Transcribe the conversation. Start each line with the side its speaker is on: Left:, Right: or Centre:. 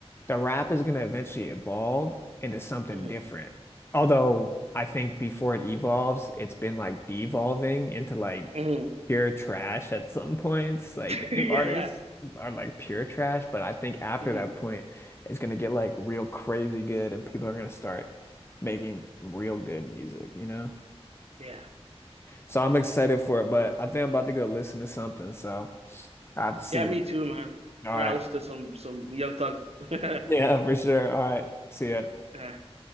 Left: the rap is going to eventually evolve into something
Right: hmm
Left: different. Although I think before it evolves, it's been like devolving into like
Right: hmm
Left: pure trash at some points. Like
Right: <laughs>
Left: the
Right: Yeah,
Left: new artists
Right: yeah.
Left: are like pure trash, but I think after
Right: hmm
Left: that point, it's gonna get like real crazy good, and people are gonna start making real good music, you know?
Right: Yeah.
Left: So I'm
Right: Yeah.
Left: excited for it, but I think I'm about to go listen to something. So I have to see
Right: Yeah,
Left: you.
Right: me too, man.
Left: All right.
Right: I gotta listen to some some Young Thug. <laughs> All
Left: Yeah, for sure. All right. See ya.
Right: right.